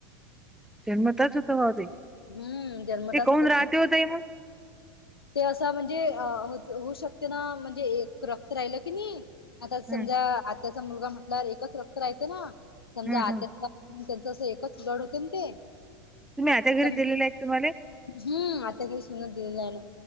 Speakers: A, in the centre; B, on the left.
A: जन्मताच होत ह ते
B: हम्म जन्मताच
A: ते कोन
B: होतात
A: राहते ताई मग.
B: ते असं म्हणजे अ होऊ शकते ना म्हणजे एक रक्त राहिलं की नाही. आता समजा
A: हं,
B: आत्याचा मुलगा म्हटल्या एकच रक्त राहते ना समजा
A: हं,
B: आत्या.
A: हं.
B: त्यांच असं एकच ब्लड होतन ते.
A: तुम्ही आत्या घरी
B: हम्म
A: दिलेले आहेत तुम्हाले?
B: आता काही सुनत दिलेलं आहे ना.